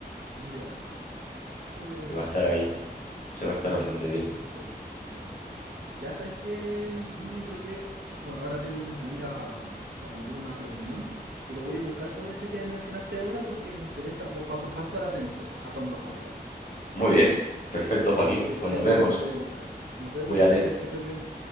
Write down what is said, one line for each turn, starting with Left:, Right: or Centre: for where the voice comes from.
Right: ya, lo voy a tener
Left: que
Right: en
Left: va
Right: cuenta.
Left: a estar ahí, se va a
Right: Ah,
Left: estar bastante bien.
Right: qué interesante. Ya sabes que, y yo creo que, bueno, ahora tengo que salir a atender una reunión, pero voy a buscar sobre ese que mencionaste ahora porque me interesa para estar atento a cuando salga.
Left: Muy bien, perfecto, Joaquín.
Right: Así que
Left: Pues
Right: ahí
Left: nos
Right: lo,
Left: vemos.
Right: lo voy a buscar. Nos vemos,
Left: Cuídate.
Right: cuídate, que estés bien.